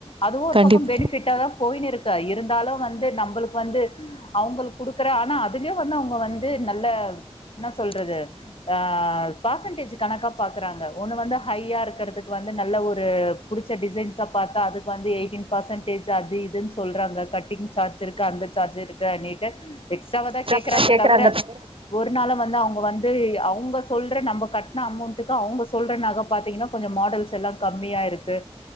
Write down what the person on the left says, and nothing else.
அதுவும் ஒரு
பக்கம் பெனிஃபிட்டா தான் போயினு இருக்கு இருந்தாலும் வந்து நம்ப அவுங்களுக்கு வந்து அவுங்களுக்கு குடுக்குற ஆனா அதுலயும் வந்து அவுங்க வந்து நல்ல என்ன சொல்றது ஆ பர்சன்டேஜ் கணக்கா பாக்குறாங்க ஒண்ணு வந்து ஹையா இருக்குறதுக்கு வந்து நல்ல ஒரு புடிச்ச டிசைன்ஸா பாத்தா அதுக்கு வந்து எயிட்டீன் பர்சன்டேஜ் அது இதுன்னு சொல்றாங்க கட்டிங் சார்ஜ் இருக்கு அந்த சார்ஜ் இருக்கு அப்டின்ட்டு எக்ஸ்ட்ராவ தான்
கேக்குறாங்க தவுர
ஒரு நாளும் வந்து அவுங்க வந்து அவுங்க சொல்ற நம்மங கட்ன அமௌண்ட்டுக்கு அவுங்க சொல்ற நக பாத்தீங்ன்னா கொஞ்சோம் மாடல்ஸ் எல்லாம் கம்மியா இருக்கு